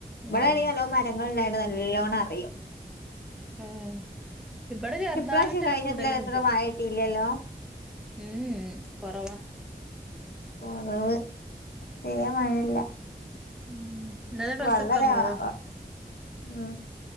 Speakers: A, on the left (about 80°); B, in the centre.
A: ഇവടേണെങ്കി
B: ഉം
A: നല്ലോം മരങ്ങള്ണ്ടായി ണ്ട് നല്ലോണറിയും
B: ആഹ് ഇവടെ ചെറുതായിട്ടൊരു
A: ഇപ്രാവശ്യം കഴിഞ്ഞതിലേറെ
B: മൂടല്ണ്ട്
A: മഴ കിട്ടിയില്ലല്ലോ
B: ഉം കൊറവാ
A: കൊറവ് തീരേ മഴയില്ല
B: ഉം ഇന്നലെ ഡ്രസ്സ്ട്ക്കാൻ
A: വള്ളലാ
B: പോയോ
A: വ ഉം